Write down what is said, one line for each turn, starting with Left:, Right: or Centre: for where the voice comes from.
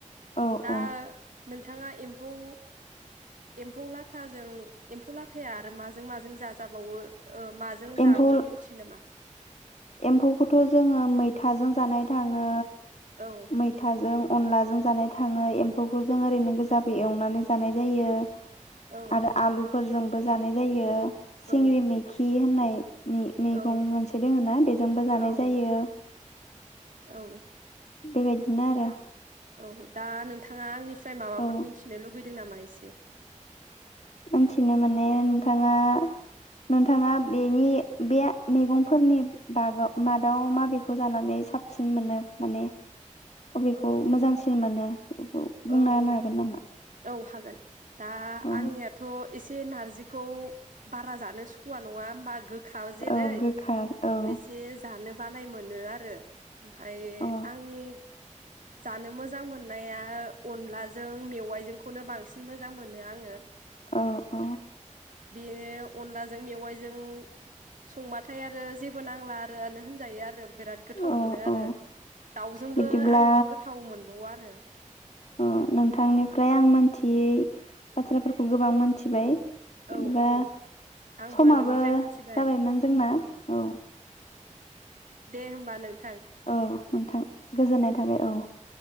Left: औ
Right: दा
Left: औ।
Right: नोंथाङा एम्फौ एम्फौ लाथाजों एम्फौ लाथाया आरो माजों माजों जा जाबावो ओ माजों जाबावो
Left: एम्फौ
Right: मिथियो नामा?
Left: एम्फौखौथ जोङो मैथाजों जानाय थाङो
Right: औ
Left: मैथाजों अनलाजों जानाय थाङो एम्फौखौ जों ओरैनो गोजाबो एवनानै जानाय जायो।
Right: औ
Left: आरो आलुफोरजों बो जानाय जायो।
Right: औ
Left: सिंग्रि मैखि होननाय उम ओ मैगं
Right: औ
Left: मोनसे दङ ना बेजोंबो जानाय
Right: औ
Left: जायो
Right: औ
Left: बेबायदिनो आरो
Right: औ दा नोंथाङा आंनि फ्राय माबाफोर
Left: औ
Right: मिथि लुबै दों नामा एसे
Left: मिथिनो माने नोंथाङा नोंथाङा बेनि बे मैगंफोरनि बागै मादाव माबेखौ जानानै साबसिन मोनो माने अबेखौ मोजांसिन मोनो? औ
Right: औ
Left: बुंना होनो हागोन नामा
Right: औ हागोन दा
Left: अ
Right: आंनियाथ' एसे नारजिखौ बारा जानो सुखुवा नङा होमबा गोख खा जेरै
Left: औ गोखा औ
Right: एसे जानो बानाय मोनो आरो ओमफाय
Left: अ
Right: आंनि जानो मोजां मोननाया अनलाजों मेवाइजोंखौनो बांसिन मोजां मोनो आङो ।
Left: औ औ
Right: बेनो अनलाजों मेवाइजों संबाथाय आरो जेबो नांला आरोआनो होनजायो आरो बिराद गोथाव
Left: औ
Right: मोनो आरो
Left: औ
Right: दाउजोंबो
Left: बिदिब्ला
Right: आङो गोथाव मोन ब आरो
Left: अ नोंथांनिफ्राय आं मोनथियै बाथ्राफोरखौ गोबां मोनथिबाय होमबा
Right: औ औ आंबो
Left: समाबो
Right: नोंनिफ्राय मिथिबाय
Left: जाबायमोन जोंना औ।
Right: दे होमबा नों
Left: औ नोंथां गोजोननाय थाबाय औ